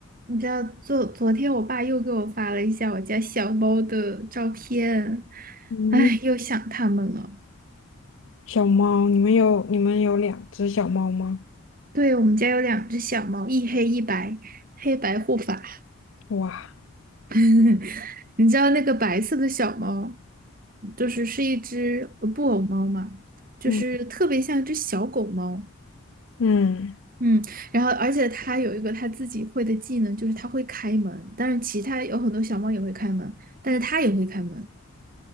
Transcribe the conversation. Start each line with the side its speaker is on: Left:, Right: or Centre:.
Right: 你知道，昨昨天我爸又给我发了一下我家小猫的照片，
Left: 嗯，
Right: 哎，又想它们了。
Left: 小猫，你们有你们有两只小猫吗？
Right: 对，我们家有两只小猫，一黑一白，黑白护法。
Left: 哇，
Right: <laughs> 你知道那个白色的小猫，就是是一只呃布偶猫嘛，就是特别像一只小狗猫。
Left: 嗯，嗯，
Right: 嗯，然后而且它有一个它自己会的技能，就是它会开门。但是其他有很多小猫也会开门，但是它也会开门。